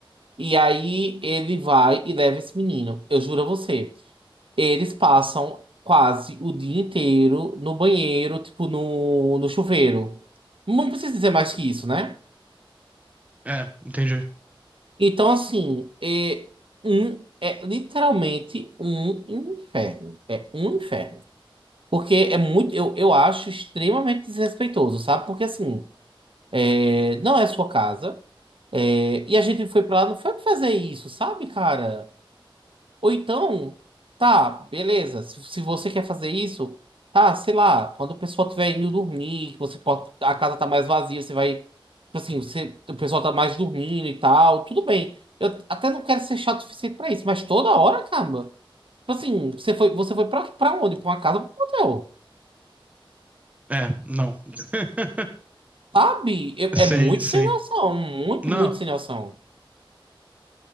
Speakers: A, on the right (about 70°); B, on the right (about 15°).
A: E aí ele vai e leva esse menino. Eu juro a você. Eles passam quase o dia inteiro no banheiro, tipo no, no chuveiro. Não precisa dizer mais que isso, né?
B: É, entendi.
A: Então, assim, é, um, é literalmente um inferno. É um inferno. Porque é muito, eu, eu acho extremamente desrespeitoso, sabe? Porque, assim, é, não é sua casa. é, e a gente foi pra lá, não foi pra fazer isso, sabe, cara? Ou então, tá, beleza. Se, se você quer fazer isso, tá, sei lá, quando o pessoal tiver indo dormir, que você pode, a casa tá mais vazia, você vai, tipo assim, você, o pessoal tá mais dormindo e tal, tudo bem. Eu até não quero ser chato o suficiente pra isso, mas toda hora, caramba. Tipo assim, você foi, você foi pra, pra onde? Pra uma casa, ou pra um hotel.
B: É, não. <laughs>
A: Sabe? Eu-
B: Sim,
A: é muito
B: sim.
A: sem noção, muito,
B: Não,
A: muito sem noção.